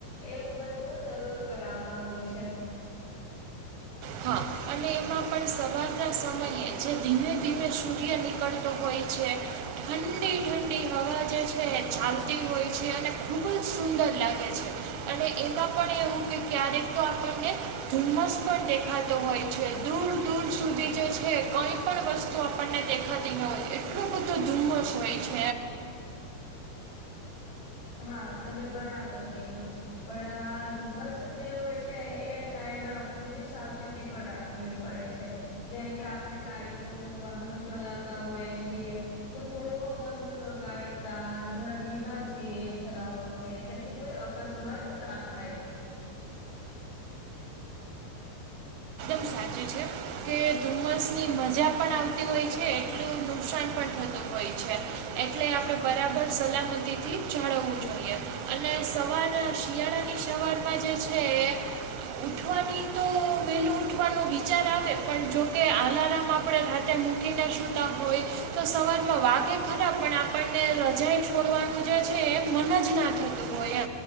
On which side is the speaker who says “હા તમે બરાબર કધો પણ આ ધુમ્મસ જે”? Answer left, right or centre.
Left